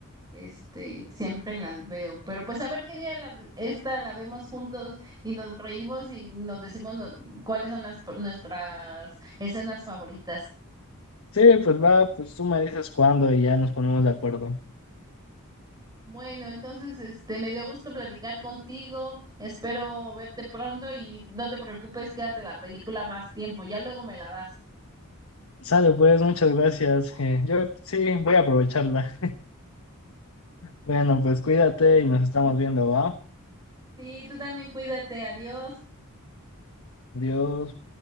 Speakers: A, on the right; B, on the left.
A: este, siempre las veo. Pero pues a ver qué día la- esta la vemos juntos y nos reímos y nos decimos no- cuáles son las nuestras escenas favoritas.
B: Sí, pues va, pues tú me dices cuándo y ya nos ponemos de acuerdo.
A: Bueno, entonces, este, me dio gusto platicar contigo. Espero verte pronto y no te preocupes, quédate la película más tiempo. Ya luego me la das.
B: Sale, pues, muchas gracias. eh, yo sí, voy a aprovecharla. Bueno, pues cuídate y nos estamos viendo, ¿va?
A: Sí, tú también cuídate. Adiós.
B: Adiós.